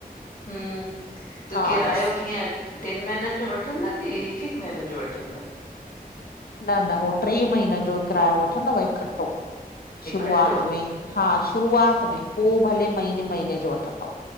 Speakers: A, on the left (about 60°); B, on the left (about 75°).
A: हम्म त
B: हा
A: किरायो
B: तस
A: कीअं? टिन महिनन जो वठन्दा की हिक हिक महीने जो वठन्दा?
B: न न हो ट्रे महीनन जो किरायो वठंदव इकट्ठो
A: इकठो
B: शुरूआत में हा शुरूआत में पो भले महींने महींने ॼो वठंदव